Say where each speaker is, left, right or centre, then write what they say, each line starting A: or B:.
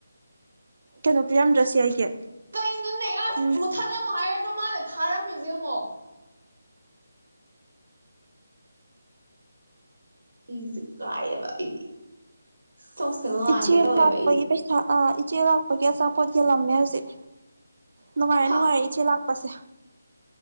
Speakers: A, on the right; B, on the right.
A: ꯀꯩꯅꯣ ꯄꯤꯔꯝꯗ꯭ꯔꯁꯤ ꯑꯩꯒꯤ
B: ꯀꯩ ꯅꯣꯅꯦ ꯑꯁꯤ
A: ꯎꯝ
B: ꯃꯨꯠ ꯊꯠ ꯂꯝꯃꫭ ꯍꯥꯏꯔꯒ ꯃꯥꯅ ꯊꯔꯝ ꯃꯤꯖꯦ ꯌꯦꯡꯉꫭ ꯏꯖꯦ ꯀꯥꯏꯌꯦꯕ ꯑꯩꯗꯤ ꯆꯧꯁꯦ ꯂꯥꯡꯒꯦ
A: ꯏꯆꯦ
B: ꯇꯧꯋꯦꯕ
A: ꯂꯥꯛꯄꯒꯤ
B: ꯑꯩꯗꯤ
A: ꯄꯩꯁꯥ ꯑ ꯏꯆꯦ ꯂꯥꯛꯄꯒꯤ ꯑꯆꯥꯄꯣꯠ ꯌꯦꯜꯂꯝꯃꯦ ꯍꯧꯖꯤꯛ ꯅꯨꯡꯉꯥꯏꯔꯦ
B: ꯍꯥ
A: ꯅꯨꯡꯉꯥꯏꯔꯦ ꯏꯆꯦ ꯂꯥꯛꯄꯁꯦ